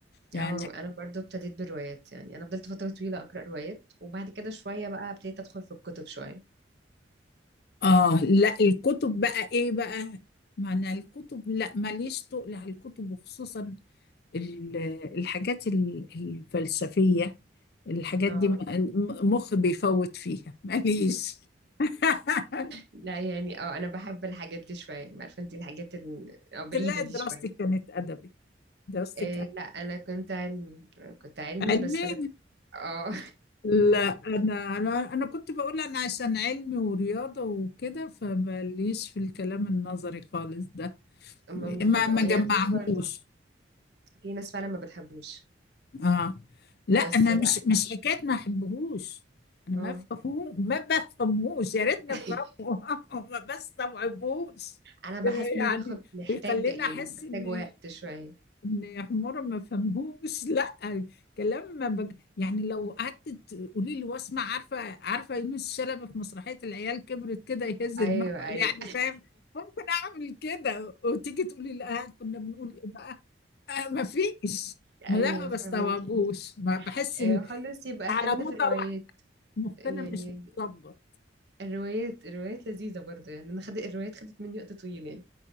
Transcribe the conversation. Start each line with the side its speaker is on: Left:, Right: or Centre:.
Left: يعني
Right: اه انا برضو ابتديت بروايات يعني انا فضلت فتره طويله اقرا روايات وبعد كده شويه بقى ابتديت ادخل في الكتب شويه
Left: اه لا الكتب بقى ايه بقى معنى الكتب لا ماليش تقل على الكتب وخصوصا ال- الحاجات ال- الفلسفية الحاجات
Right: اه
Left: دي م- مخي بيفوت فيها ماليش <laughs>
Right: لا يعني اه انا بحب الحاجات دي شويه عارفه انت الحاجات ال- آه، بعيده
Left: تلاقي
Right: دي
Left: دراستي
Right: شويه
Left: كانت ادبي دراستي
Right: إيه لا انا كنت علمي آه، كنت علمي
Left: علمي
Right: بس انا اه
Left: لا انا انا أنا كنت بقول انا عشان علمي ورياضه وكده فماليش في الكلام النظري خالص ده
Right: <laughs> ممكن
Left: ما ما
Right: اه
Left: جمعهوش
Right: يعني في برضو في ناس فعلا ما بتحبوش
Left: اه لا
Right: بس
Left: انا
Right: لا
Left: مش مش حكايه ما احبهوش انا
Right: اه
Left: ما بفهمه ما بفهموش يا ريتني
Right: <laughs>
Left: افهمه <laughs> ما بستوعبهوش
Right: انا بحس ان
Left: يعني
Right: هو بياخد محتاج
Left: بيخليني
Right: يعني
Left: احس
Right: محتاج
Left: ان
Right: وقت شويه
Left: ان يا حمارة ما فهمهوش <laughs> لا كلام ما بج... يعني لو قعدت تقولي لي واسمع عارفه عارفه يونس شلبي في مسرحيه العيال كبرت كده يهز
Right: ايوه
Left: دماغه
Right: ايوه
Left: يعني فاهم ممكن اعمل كده وتيجي تقولي لا كنا بنقول ايه بقى آه ما فيش
Right: <laughs> ايوه
Left: ما لا ما بستوعبوش
Right: فهمكي
Left: ما بحس
Right: آه،
Left: ال...
Right: خلاص يبقى
Left: على
Right: خلينا
Left: مدى
Right: في الروايات
Left: واحد مخنا
Right: يعني
Left: مش متظبط
Right: الروايات الروايات لذيذة برضه يعني أنا خدت الروايات خدت مني وقت طويل يعني